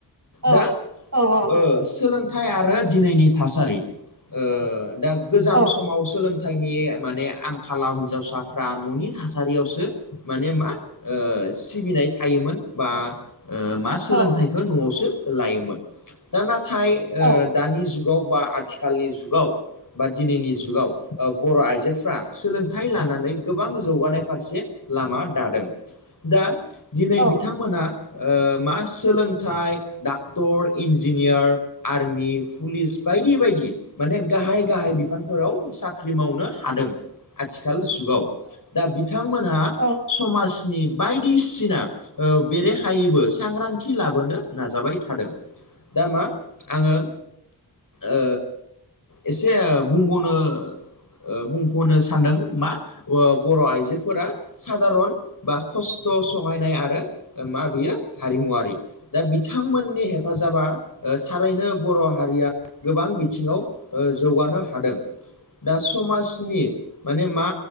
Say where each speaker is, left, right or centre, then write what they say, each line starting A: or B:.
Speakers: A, on the right; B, on the left.
A: औ
B: दा
A: औ नंगौ
B: ओ सोलों थाय आरो दिनैनि थासारि ओ दा गोजाम
A: औ
B: समाव सोलों थायनि माने आंखालाव हिनजावसाफ्रा न'नि थासारियावसो माने मा ओ सिबिनाय थायोमोन बा ओ मा सोलोंथाइखौ
A: औ
B: न'आवसो लायोमोन दा नाथाय
A: औ
B: ओ दानि जुगाव बा आथि खालनि जुगाव बा दिनैनि जुगाव ओ बर' आइजोफ्रा सोलोंथाइ लानानै गोबां जौगानाय फारसे लामा दादों दा दिनै
A: औ
B: बिथांमोना ओ मा सोलोंथाइ डाक्टर इन्जिनियार आर्मि पुलिस बायदि बायदि। माने गाहाय गाहाय बिफानफोराव साख्रि मावनो हादों। आथिखाल जुगाव दा बिथांमोनहा
A: औ औ
B: समाजनि बायदिसिना ओ बेरेखायैबो सांग्रांथि लाबोनो नाजाबाय थादों दा मा आङो ओ एसे बुंब'नो ओ बुंफ'नो सानदों मा अ बर' आइजोफोरा सादारन बा खस्थ' सहायनाय आरो मा बियो हारिमुवारि दा बिथांमोननि हेफाजाबा ओ थारैनो बर' हारिया गोबां बिथिङाव ओ जौगानो हादों दा समाजनि माने मा